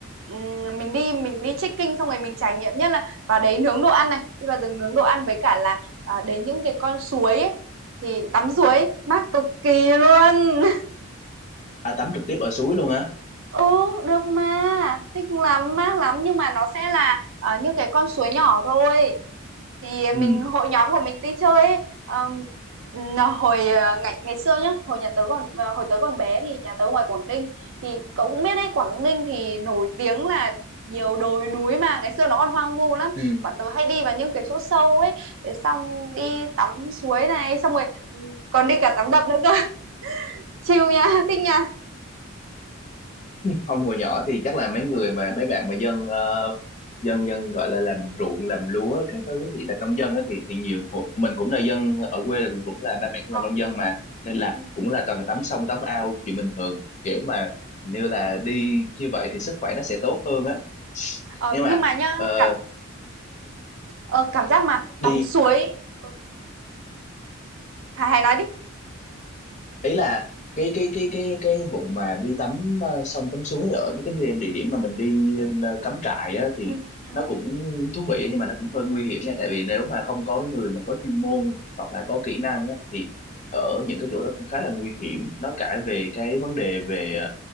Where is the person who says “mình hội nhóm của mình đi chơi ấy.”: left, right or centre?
Right